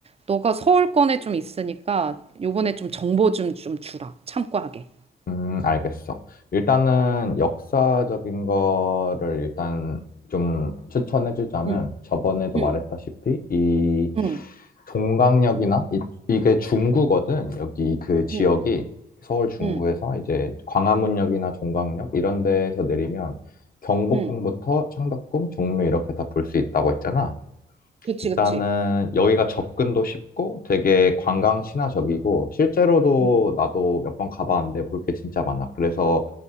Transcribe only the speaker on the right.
너가 서울권에 좀 있으니까 요번에 좀 정보 좀, 좀 주라. 참고하게.
응,
응,
응,
응,
응,
응.
그치,
그치.
응.